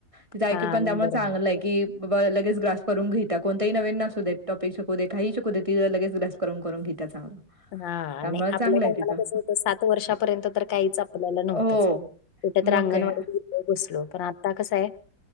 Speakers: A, on the right; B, on the left.
A: तिचा आयक्यू
B: हा
A: पण
B: नाही
A: त्यामुळे
B: बरोबर.
A: चागलंय. कि बाबा लगेच ग्रास करून घेत्या कोणतही नवीन असू देेत टॉपिक शकू दे काही शकू दे ती लगेच ग्रास करून करून घीत्या चांगलं.
B: हा आणि
A: त्यामुळे
B: आपल्या
A: चांगलं
B: टाइमाला
A: आहे तिचं.
B: कसं होत सात वर्षापर्यंत तर काहीच आपल्याला नव्हतंच.
A: हो,
B: कुट
A: मग
B: तर अंगणवाडी
A: काय.
B: बसलो पण आता कसं आहे.